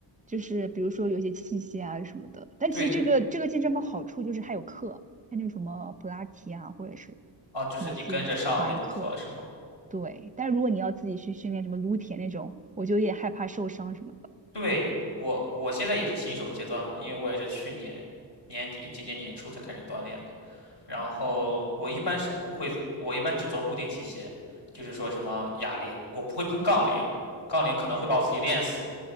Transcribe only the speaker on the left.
对
啊，就是你跟着上那种课是吗？
对，我，我现在也是新手阶段嘛，因为我也是去年年底、今年年初才开始锻炼的。然后我一般是不会，我一般只做固定器械，就是说什么哑铃，我不会碰杠铃，杠铃可能会把我自己练死。